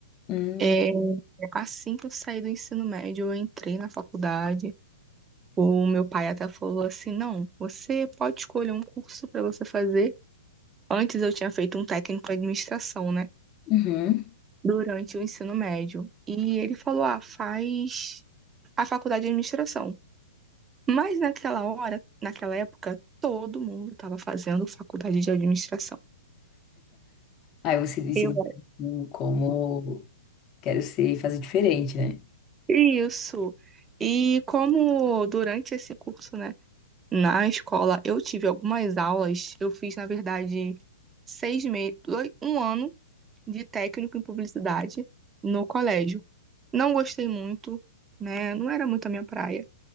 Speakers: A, on the left; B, on the right.
A: Hum,
B: É, assim que eu saí do ensino médio, eu entrei na faculdade. O meu pai até falou assim: não, você pode escolher um curso para você fazer. Antes eu tinha feito um técnico em administração, né?
A: uhum.
B: durante o ensino médio. E ele falou: ah, faz a faculdade de administração. Mas naquela hora, naquela época, todo mundo estava fazendo faculdade de administração.
A: Aí você disse
B: Eu.
A: como quero ser e fazer diferente, né?
B: Isso. E como durante esse curso, né, na escola, eu tive algumas aulas, eu fiz, na verdade, seis meses, um ano de técnico em publicidade no colégio. Não gostei muito, né? Não era muito a minha praia.